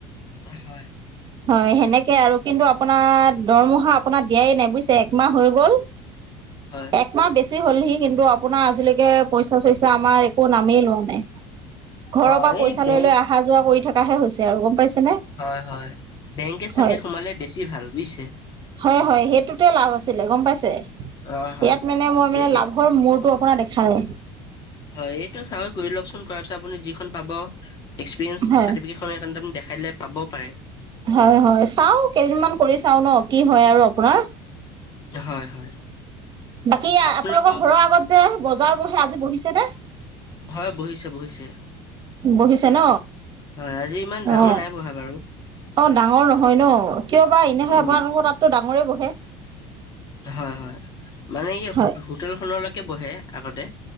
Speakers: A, on the left; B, on the right.
A: হয় হয়
B: হয় সেনেকে আৰু কিন্তু আপোনাৰ দৰমহা আপোনাৰ দিয়াই নাই বুজিছে একমাহ হৈ গ'ল।
A: হয়
B: একমাহ বেছি হ'লহি কিন্তু- আপোনাৰ আজিলৈকে পইচা চইচা আমাৰ একো নামেই লোৱা নাই ঘৰৰ
A: হয়
B: পৰা
A: এই
B: পইচা
A: বেংক
B: লৈ লৈ আহ- অহা যোৱা কৰি থকাহে হৈছে আৰু গম পাইছেনে।
A: হয় হয় বেংকে চেংকে
B: হয়
A: সোমালে বেছি ভাল বুজিছে।
B: হয় হয় সেইটোতে লাভ আছিলে গম পাইছে,
A: হয় হয়
B: ইয়াত মানে মই মানে
A: এ এ
B: লাভ- ৰ মূৰতটো অকণ দেখাই-
A: হয়, এইটো চাকৰি কৰি লওকচোন, কৰাৰ পিছত আপুনি যিখন পাব এক্সপিৰিয়েঞ্চ
B: হয়
A: চাৰ্টিফিকেট। সি দেখাই দিলে পাব পাৰে।
B: হয় হয়, চাও কেইদিনমান কৰি চাও ন কি হয় আৰু আপোনাৰ।
A: হয় হয়।
B: বাকী আপোনালোকৰ
A: আপোনালোকক
B: ঘৰৰ আগত যে বজাৰ বহে, আজি বহিছে নে?
A: হয় বহিছে বহিছে।
B: বহিছে ন?
A: হয় আজি ইমান ডাঙৰ
B: অ',
A: নাই বহা বাৰু
B: অ ডাঙৰ নহয় ন কিয় বা এনেহলে
A: উম উম,
B: আপোনাৰোকৰ তাততো ডাঙৰেই বহে।
A: হয় হয় মানে এই
B: হয়,
A: হোটেলখনলৈকে বহে আগতে।